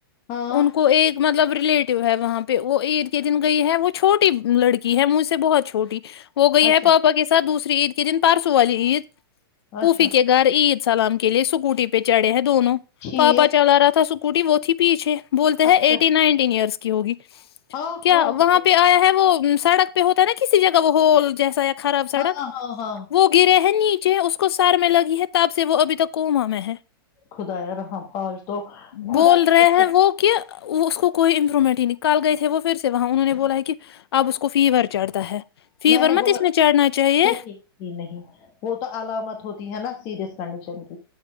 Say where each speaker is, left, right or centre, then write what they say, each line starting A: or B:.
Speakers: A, on the left (about 25°); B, on the left (about 80°).
A: ہاں
B: ان کو ایک مطلب ریلیٹیو ہے وہاںہ پہ وہ عید کے دن گئی ہے وہ چھوٹی لڑکی ہے مجھ سے بہت چھوٹی وہ گئی
A: اچھا
B: ہے پاپا کے سھ دوسرے تر عید کے دن پرسوں والی عید پوفی
A: اچھا
B: کے گھر عید سلام کے لیے س اسکوٹی پہ چڑھے ہے دونوں
A: ٹھیک
B: پاپا چلا رہا تھا س اسکوٹی وت ہی پیچے بولتے ہیں
A: اچھا
B: ایٹی نائنٹین ایئرس کی ہوگی
A: ہاں
B: کیا
A: ہاں
B: وہاں پہ آیا ہے وہ سڑک پہ ہوتا ہے نا کسی جگہ وہ ہو جیسا خراب سڑک
A: ہاں ہاں ہاں
B: وہ گرے ہیں نہیں چھ اس کو سار میں لگی ہے تاپ سے وہ ابھی تک کوما میں ہے
A: خدایا رحم آج تو خدا
B: بول
A: کی
B: رہے
A: قسم
B: ہیں وہ کہ اس کو کوئی ر مٹ ہی نکال گئے تھے وہ پھر سے وہاں انہوں نے بولا ہے کہ اب اس کو فیور چڑھتا ہے فیور
A: میں نے
B: مت
A: بولا
B: اس چڑھنا چاہیے
A: نہیں نہیں وہ تو علامت ہوتی ہے نا سیریئس کنڈیشن کی